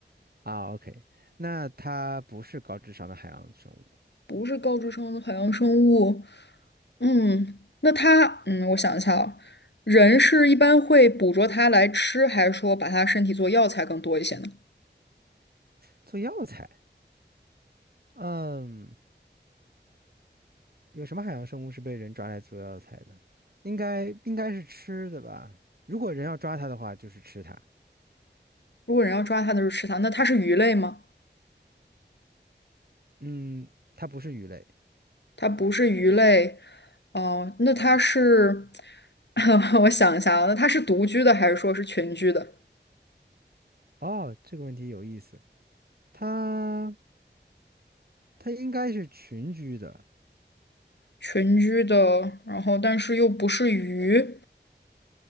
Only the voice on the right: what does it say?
啊，OK，那它不是高智商的海洋生物，
做药材，嗯。有什么海洋生物是被人抓来做药材的？应该应该是吃的吧？如果人要抓它的话，就是吃它。
嗯，它不是鱼类。
哦，这个问题有意思。它它应该是群居的。